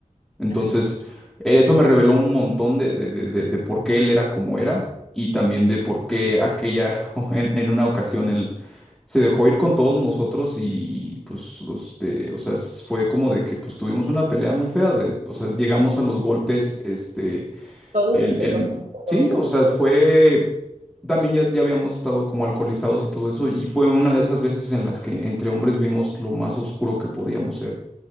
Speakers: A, in the centre; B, on the right (about 55°).
A: Entonces,
B: Ajá.
A: eh, eso me reveló un montón de, de, de, de- de por qué él era como era y también de por qué aquella, <laughs> en, en una ocasión él se dejó ir con todos nosotros y pues, este, o sea, s- fue como de que pues tuvimos una pelea muy fea, de, o sea, llegamos a los golpes, este,
B: Todos
A: el,
B: entre,
A: el,
B: o sea, todos.
A: sí, o sea, fue, también ya, ya habíamos estado como alcoholizados y todo eso, y fue una de esas veces en las que entre hombres vimos lo más oscuro que podíamos ser.